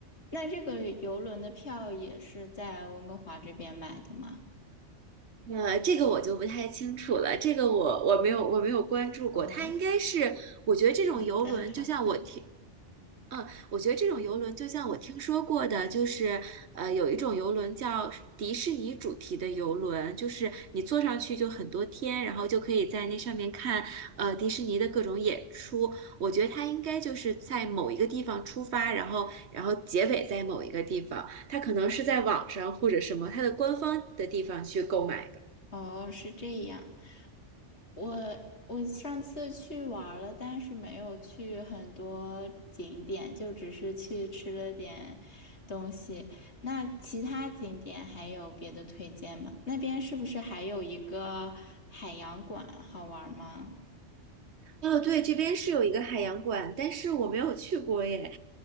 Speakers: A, on the left (about 65°); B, on the right (about 65°).
A: 那这个游轮的票也是在温哥华这边买的吗？
B: 呃，这个我就不太清楚了，这个我我没有我没有关注过，
A: 哦，
B: 它应该是我觉得这种游轮，
A: 好的，好的，
B: 就像我听嗯，我觉得这种游轮就像我听说过的，就是呃，有一种游轮叫迪士尼主题的游轮，就是你坐上去就很多天，然后就可以在那上面看呃迪士尼的各种演出。我觉得它应该就是在某一个地方出发，然后然后结尾在某一个地方，它可能是在网上或者什么它的官方的地方去购买。
A: 哦，是这样。我我上次去玩儿了，但是没有去很多景点，就只是去吃了点东西。那其他景点还有别的推荐吗？那边是不是还有一个海洋馆好玩儿吗？
B: 哦，对，这边是有一个海洋馆，但是我没有去过耶。